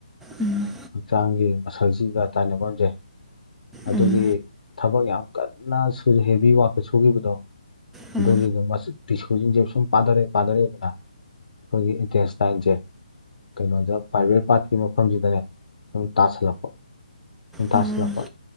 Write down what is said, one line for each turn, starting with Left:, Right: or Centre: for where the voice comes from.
Centre: ꯎꯝ
Left: ꯍꯛꯆꯥꯡꯒꯤ ꯃꯁꯜꯁꯤꯒ ꯇꯥꯏꯅꯐꯝ ꯁꯦ ꯑꯗꯨꯒꯤ
Centre: ꯎꯝ
Left: ꯊꯕꯛ ꯌꯥꯝ ꯀꯟꯅ ꯁꯨ ꯍꯦꯕꯤ ꯋꯥꯛꯇꯥ ꯁꯨꯈꯤꯕꯗꯣ
Centre: ꯎꯝ
Left: ꯑꯗꯨꯒꯤꯗꯨ ꯇꯤꯁꯨꯁꯤꯡꯁꯦ ꯁꯨꯝ ꯄꯥꯊꯔꯛꯑꯦ ꯄꯥꯊꯔꯛꯑꯦꯗꯅ ꯑꯩꯈꯣꯏꯒꯤ ꯏꯟꯇꯦꯟꯁꯇꯥꯏꯜꯁꯦ ꯀꯩꯅꯣꯗ ꯄꯥꯏꯕ꯭ꯔꯦꯠ ꯄꯥꯠꯀꯤ ꯃꯐꯝꯁꯤꯗꯅꯦ ꯁꯨꯝ ꯇꯥꯁꯜꯂꯛꯄ ꯁꯨꯝ ꯇꯥꯁꯤꯜꯂꯛꯄ
Centre: ꯎꯝ ꯎꯝ